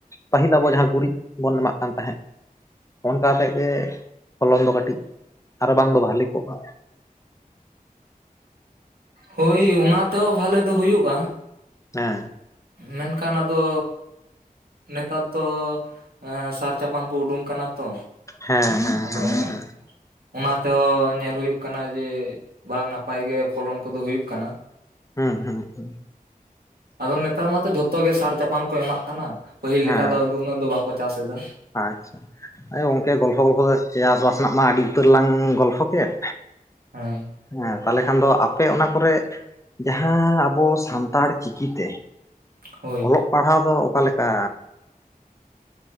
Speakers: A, on the left (about 20°); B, on the right (about 85°).
A: ᱯᱟᱹᱦᱤᱞ ᱟᱵᱚ ᱡᱟᱦᱟᱸ ᱜᱩᱨᱤᱡ ᱵᱚᱱ ᱮᱢᱟᱜ ᱠᱟᱱ ᱛᱟᱦᱮᱸᱫ᱾ ᱚᱱᱠᱟ ᱛᱮᱜᱮ ᱯᱷᱚᱞᱚᱱ ᱫᱚ ᱠᱟᱹᱴᱤᱡ ᱟᱨᱵᱟᱝ ᱫᱚ ᱵᱷᱟᱞᱤ ᱠᱚᱜᱼᱟ?
B: ᱦᱳᱭ ᱚᱱᱟ ᱛᱮᱦᱚᱸ ᱵᱷᱟᱞᱮ ᱫᱚ ᱦᱩᱭᱩᱜᱼᱟ᱾
A: ᱦᱮᱸ᱾
B: ᱢᱮᱱᱠᱷᱟᱱ ᱟᱫᱚ ᱱᱮᱛᱟᱨ ᱫᱚ ᱮᱻ ᱥᱟᱨ ᱪᱟᱯᱟᱝ ᱠᱚ ᱩᱰᱩᱝ ᱠᱟᱱᱟ ᱛᱚ
A: ᱦᱮᱸ ᱦᱮᱸ
B: ᱟᱫᱚ
A: ᱦᱮᱸ
B: ᱩᱝᱠᱼᱼ
A: ᱦᱮᱸ
B: ᱚᱱᱟ ᱛᱮᱦᱚᱸ ᱧᱮᱞ ᱦᱩᱭᱩᱜ ᱠᱟᱱᱟ ᱡᱮ ᱵᱟᱝ ᱱᱟᱯᱟᱭᱜᱮ ᱯᱷᱚᱞᱚᱱ ᱠᱚᱫᱚ ᱦᱩᱭᱩᱜ ᱠᱟᱱᱟ᱾
A: ᱦᱩᱸ ᱦᱩᱸ ᱦᱩᱸ᱾
B: ᱟᱫᱚ ᱱᱮᱛᱟᱨ ᱢᱟᱛᱚ ᱡᱷᱚᱛᱚ ᱜᱮ ᱥᱟᱨ ᱪᱟᱯᱟᱱ ᱠᱚ ᱮᱢᱟᱜ ᱠᱟᱱᱟ ᱯᱟᱹᱦᱤᱞ
A: ᱦᱮᱸ
B: ᱞᱮᱠᱟ ᱫᱚ ᱟᱫᱚ ᱩᱱᱟᱹᱜ ᱫᱚ ᱵᱟᱠᱚ ᱪᱟᱥ ᱮᱫᱟ᱾
A: ᱟᱪᱪᱷᱟ, ᱦᱚᱜ-ᱚᱭ ᱜᱚᱝᱠᱮ ᱜᱚᱞᱯᱷᱚ ᱜᱚᱞᱯᱷᱚ ᱫᱚ ᱪᱟᱥᱵᱟᱥ ᱨᱮᱱᱟᱜ ᱢᱟ ᱟᱹᱰᱤ ᱩᱛᱟᱹᱨ ᱞᱟᱝ ᱜᱚᱞᱯᱷᱚ ᱠᱮᱫ᱾
B: ᱦᱟᱹᱭ᱾
A: ᱦᱮᱸ ᱛᱟᱦᱚᱞᱮ ᱠᱷᱟᱱ ᱫᱚ ᱟᱯᱮ ᱚᱱᱟ ᱠᱚᱨᱮ ᱡᱟᱦᱟᱸ ᱟᱵᱚ ᱥᱟᱱᱛᱟᱲ ᱪᱤᱠᱤᱛᱮ
B: ᱦᱳᱭ
A: ᱚᱞᱚᱜ ᱯᱟᱲᱦᱟᱣ ᱫᱚ ᱚᱠᱟᱞᱮᱠᱟ?